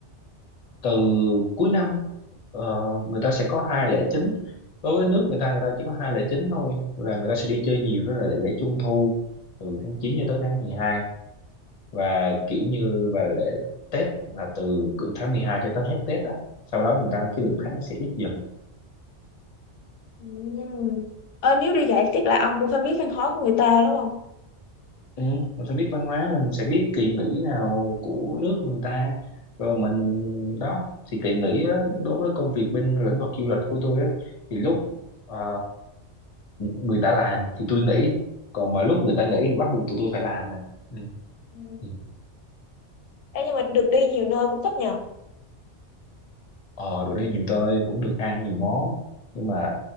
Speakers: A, on the left; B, on the left.
A: từ cuối năm ờ, người ta sẽ có hai lễ chính đối với nước người ta người ta chỉ có hai lễ chính thôi là người ta sẽ đi chơi nhiều đó là lễ lễ Trung thu từ tháng 9 cho tới tháng mười hai và kiểu như và lễ Tết là từ cỡ tháng 12 cho tới hết Tết á sau đó người ta cái
B: Ừ.
A: lượng khách nó sẽ ít dần
B: Ừ. Ờ, nếu đi dạy chắc là ông cũng phải biết khăn khó của người ta đúng không?
A: Ừ, mình phải biết văn hóa là mình sẽ biết kỳ nghỉ nào của nước người ta rồi mình đó thì kỳ nghỉ á, đối với công việc bên lĩnh vực du lịch của tôi á, thì lúc ờ, người ta làm thì tôi nghỉ còn mà lúc người ta nghỉ thì bắt buộc tụi tôi phải làm rồi ừ.
B: Ừ.
A: Ừ.
B: Ê, nhưng mà được đi nhiều nơi cũng thích nhờ.
A: ờ rồi đi nhiều tôi cũng được ăn nhiều món nhưng mà